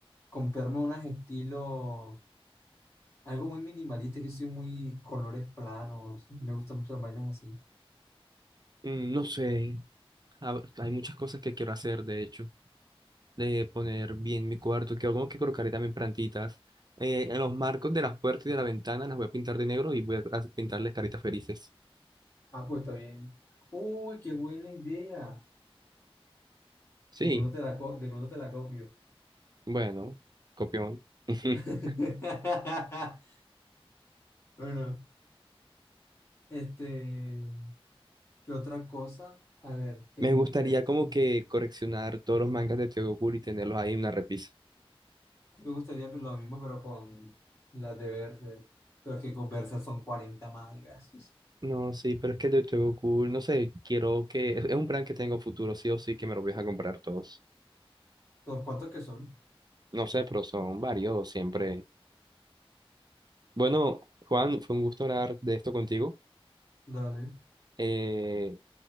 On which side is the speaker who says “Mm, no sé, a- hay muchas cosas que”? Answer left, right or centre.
Right